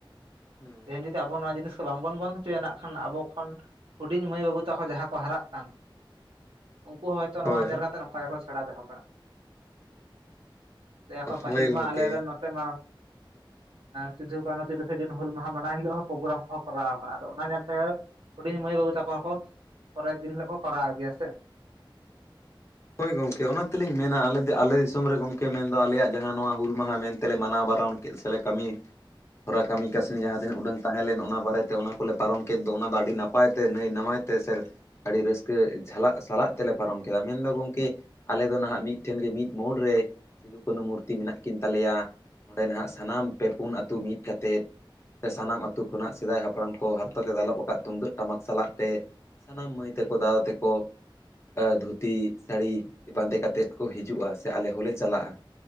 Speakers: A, on the left (about 30°); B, on the right (about 75°).
A: ᱦᱮᱸ
B: ᱛᱮᱦᱮᱧ ᱡᱩᱫᱤ ᱟᱵᱚ ᱱᱚᱣᱟ ᱡᱤᱱᱤᱥ ᱠᱚ ᱵᱟᱝᱵᱚᱱ ᱵᱚᱱᱫᱷ ᱦᱚᱪᱚᱭᱟ ᱱᱟᱜ ᱱᱟᱜᱠᱷᱟᱱ ᱟᱵᱚ ᱠᱷᱚᱱ ᱦᱩᱰᱤᱧ ᱢᱟᱹᱭ ᱵᱟᱹᱵᱩ ᱛᱟᱠᱚ ᱡᱟᱦᱟᱸ ᱠᱚ ᱦᱟᱨᱟᱜ ᱠᱟᱱ ᱩᱱᱠᱩ ᱦᱚᱸ ᱦᱚᱭᱛᱳ ᱱᱚᱣᱟ
A: ᱦᱳᱭ
B: ᱧᱮᱞ ᱠᱟᱛᱮᱜ ᱚᱱᱠᱟ ᱜᱮᱠᱚ ᱥᱮᱬᱟ ᱫᱚᱦᱚ ᱠᱟᱜᱼᱟ᱾ ᱞᱟᱹᱭ ᱟᱠᱚ ᱯᱟᱹᱦᱤᱞ
A: ᱦᱳᱭ ᱜᱚᱢᱠᱮ
B: ᱢᱟ ᱟᱞᱮᱨᱮᱱ ᱢᱟ ᱥᱤᱫᱩ ᱠᱟᱱᱩ ᱛᱤᱨᱤ ᱥᱮ ᱡᱩᱱ ᱦᱩᱞ ᱢᱟᱦᱟ ᱢᱟᱱᱟᱝ ᱦᱤᱞᱳᱜ ᱦᱚᱸ ᱯᱨᱳᱜᱨᱟᱢ ᱠᱚ ᱠᱚᱨᱟᱣ ᱠᱟᱜᱼᱟ ᱟᱫᱚ ᱚᱱᱟ ᱧᱮᱞᱛᱮ ᱦᱩᱰᱤᱧ ᱢᱟᱹᱭ ᱵᱟᱹᱵᱩ ᱛᱟᱠᱚ ᱦᱚᱸᱠᱚ ᱯᱚᱨᱮᱨ ᱫᱤᱱ ᱦᱤᱞᱳᱜ ᱠᱚ ᱠᱚᱨᱟᱣ ᱜᱮᱭᱟ ᱥᱮ᱾
A: ᱦᱳᱭ ᱜᱚᱢᱠᱮ ᱚᱱᱟ ᱛᱮᱞᱤᱧ ᱢᱮᱱᱟ ᱟᱞᱮ ᱫᱚ ᱟᱞᱮ ᱫᱤᱥᱚᱢ ᱨᱮ ᱜᱚᱝᱠᱮ ᱢᱮᱱᱫᱚ ᱟᱞᱮᱭᱟᱜ ᱡᱟᱦᱟᱸ ᱱᱚᱣᱟ ᱦᱩᱞ ᱢᱟᱦᱟ ᱢᱮᱱᱛᱮᱞᱮ ᱢᱟᱱᱟᱣ ᱵᱟᱨᱚᱱ ᱠᱮᱜ ᱥᱮᱞᱮ ᱠᱟᱹᱢᱤ ᱦᱚᱨᱟ ᱠᱟᱹᱢᱤ ᱠᱟᱹᱥᱱ ᱡᱟᱦᱟᱸ ᱛᱤᱱᱟᱜ ᱩᱰᱟᱹᱝ ᱛᱟᱦᱮᱸ ᱞᱮᱱ ᱚᱱᱟ ᱵᱟᱨᱮᱛᱮ ᱚᱱᱟ ᱠᱚᱞᱮ ᱯᱟᱨᱚᱢ ᱠᱮᱫ ᱫᱚ ᱚᱱᱟ ᱫᱚ ᱟᱹᱰᱤ ᱱᱟᱯᱟᱭ ᱛᱮ ᱱᱟᱹᱭ ᱱᱟᱢᱟᱡ ᱛᱮ ᱥᱮ ᱟᱹᱰᱤ ᱨᱟᱹᱥᱠᱟᱹ ᱡᱷᱟᱞᱟᱜ ᱥᱟᱞᱟᱜ ᱛᱮᱞᱮ ᱯᱟᱨᱚᱢ ᱠᱮᱫᱟ ᱢᱮᱱᱫᱚ ᱜᱚᱝᱠᱮ ᱟᱞᱮ ᱫᱚ ᱱᱟᱦᱟᱜ ᱢᱤᱫᱴᱷᱮᱱ ᱜᱮ ᱢᱤᱫ ᱢᱳᱲ ᱨᱮ ᱥᱤᱫᱩᱼᱠᱟᱱᱩ ᱢᱩᱨᱛᱤ ᱢᱮᱱᱟᱜ ᱠᱤᱱ ᱛᱟᱞᱮᱭᱟ ᱚᱸᱰᱮ ᱱᱟᱦᱜ ᱥᱟᱱᱟᱢ ᱯᱮ ᱯᱩᱱ ᱟᱛᱩ ᱢᱤᱫ ᱠᱟᱛᱮᱫ ᱥᱮ ᱥᱟᱱᱟᱢ ᱟᱛᱩ ᱠᱷᱚᱱᱟᱜ ᱥᱮᱫᱟᱭ ᱦᱟᱯᱲᱟᱢ ᱠᱚ ᱦᱟᱨ ᱛᱮ ᱫᱟᱞᱚᱵ ᱟᱠᱟᱜ-ᱟ ᱛᱩᱢᱫᱟᱹᱜ ᱴᱟᱢᱟᱠ ᱥᱟᱞᱟᱜ ᱛᱮ ᱥᱟᱱᱟᱢ ᱢᱟᱹᱭ ᱛᱟᱠᱚ ᱫᱟᱫᱟ ᱛᱮᱠᱚ ᱟᱸ ᱫᱷᱩᱛᱤ ᱥᱟᱹᱲᱤ ᱵᱟᱸᱫᱮ ᱠᱟᱛᱮᱫ ᱠᱚ ᱦᱤᱡᱩᱜᱼᱟ ᱥᱮ ᱟᱞᱮ ᱦᱚᱸᱞᱮ ᱪᱟᱞᱟᱜᱼᱟ